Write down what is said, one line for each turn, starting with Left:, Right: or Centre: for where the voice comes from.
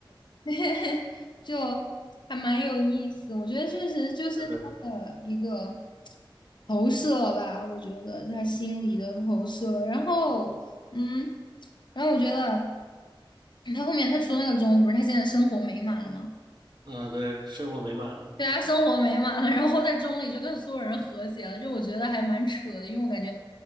Left: <laughs> 就还蛮有意思。我觉得确实就是他的一个
Right: 是的，
Left: 投射吧，我觉得他心理的投射。然后，嗯，然后我觉得他后面他出那个钟，不是他现在生活美满了吗？
Right: 啊，对，生活美满了嘛，
Left: 对啊，生活美满了，然后在中里就跟所有人和解了，就我觉得还蛮扯的，因为我感觉